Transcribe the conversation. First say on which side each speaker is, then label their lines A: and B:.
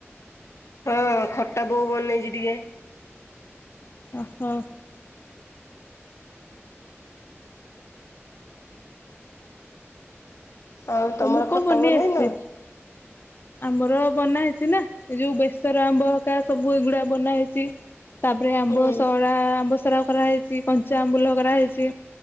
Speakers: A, on the left; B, on the left.
A: ହଁ, ଖଟା ବୋଉ ବନେଇଚି ଟିକେ।
B: ଅହୋ।
A: ଆଉ
B: ତମକୁ
A: ତମର
B: କଣ
A: ଖଟା
B: ବନେଇ
A: ବନେଇନ?
B: ଆସିଛି? ଆମର ବନା ହେଇଛି ନା, ଏ ଯୋଉ ବେସର ଆମ୍ବ ହେକା ସବୁ ଏଗୁଡା ବନା ହେଇଛି। ତାପରେ ଆମ୍ବ
A: ହୁଁ
B: ସଡା, ଆମ୍ବସରା କରାହେଇଛି, କଞ୍ଚା ଆମ୍ବୁଲ କରାହେଇଛି